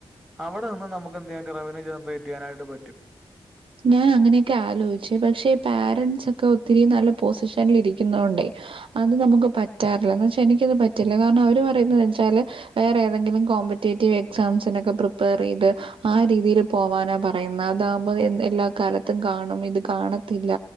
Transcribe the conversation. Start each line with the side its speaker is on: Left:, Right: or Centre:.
Centre: അവിടെ നിന്ന് നമുക്ക് എന്ത്‌ചെയ്യാൻ റവന്യൂ ജനറേറ്റ് ചെയ്യാനായിട്ട് പറ്റും
Right: ഞാൻ അങ്ങനെയൊക്കെ ആലോചിച്ചു പക്ഷെ പാരൻറ്സ് ഒക്കെ ഒത്തിരി നല്ല പൊസിഷനിൽ ഇരിക്കുന്നൊണ്ടേ അത് നമുക്ക് പറ്റാറില്ലന്ന് വച്ചാ എനിക്കത് പറ്റില്ല കാരണം അവര് പറയുന്ന വെച്ചാല് വേറെ ഏതെങ്കിലും കോമ്പറ്റേറ്റീവ് എക്സാംസിനൊക്കെ പ്രിപ്പയർ ചെയ്ത് ആ രീതിയിൽ പോവാനാ പറയുന്നത് അതാകുമ്പോ എല്ലാ കാലത്തും കാണും ഇത് കാണത്തില്ല